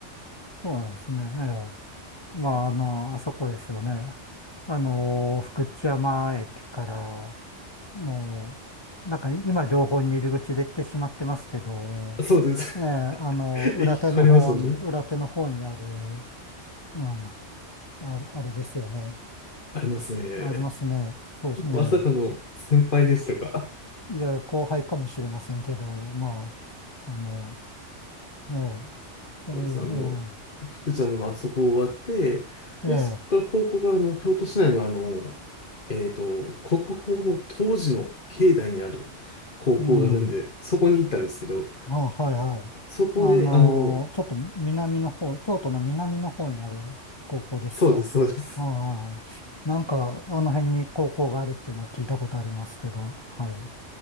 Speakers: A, on the left; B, on the left.
A: そうなんですね。ええまあ、あの、あそこですよね。あの、福知山駅から、の、なんか今両方に入り口できてしまってますけど、
B: <laughs> そうです。
A: ええ、あの、
B: <laughs>
A: 裏手の方に、
B: 駅変わりますよね。
A: 裏手の方にある、うん、あれ、あれですよね。
B: ありますね。
A: ありますね。そうですね。
B: まさかの先輩でしたか。
A: いや、後輩かもしれませんけど、まあ、あの、ええ、そういう、
B: そうです。あの、福ちゃんのあそこ終わって、で、
A: ええ、ええ、
B: そこから高校からの京都市内のあの、えっと、国宝の当時の境内にある高校があるんで、
A: うん。
B: そこに行ったんですけど、
A: あ、はいはい。
B: そこで、
A: あのーちょっと南の方、
B: あの、
A: 京都の南の方にある高校ですかああ、
B: そうです、そうです。
A: はい。なんか、あの辺に高校があるっていうのは聞いたことありますけど、はい。